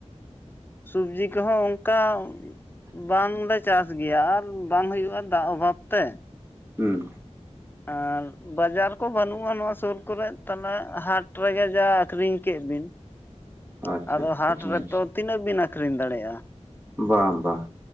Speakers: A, on the left; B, on the right.
A: ᱥᱚᱵᱽᱡᱤ ᱠᱚᱦᱚᱸ ᱚᱱᱠᱟ ᱵᱟᱝᱞᱮ ᱪᱟᱥ ᱜᱮᱭᱟ, ᱟᱨ ᱵᱟᱝ ᱦᱩᱭᱩᱜᱼᱟ ᱫᱟᱜ ᱚᱵᱷᱟᱵ ᱛᱮ ᱾
B: ᱦᱩᱸ ᱾
A: ᱟᱨ ᱵᱟᱡᱟᱨ ᱠᱚ ᱵᱟᱹᱱᱩᱜᱼᱟ, ᱱᱚᱣᱟ ᱥᱩᱨ ᱠᱚᱨᱮ ᱛᱟᱦᱚᱞᱮ ᱦᱟᱴ ᱨᱮᱜᱮ ᱡᱟ ᱟᱠᱷᱨᱤᱧ ᱠᱮᱫ ᱵᱤᱱ ᱾
B: ᱟᱪᱪᱷᱟ
A: ᱟᱫᱚ
B: ᱟᱪᱪᱷᱟ
A: ᱦᱟᱴ
B: ᱦᱮᱸ
A: ᱨᱮᱛᱚ ᱛᱤᱱᱟᱹᱜ ᱵᱤᱱ ᱟᱠᱷᱨᱤᱧ ᱫᱟᱲᱮᱜᱼᱟ?
B: ᱵᱟᱝ ᱵᱟᱝ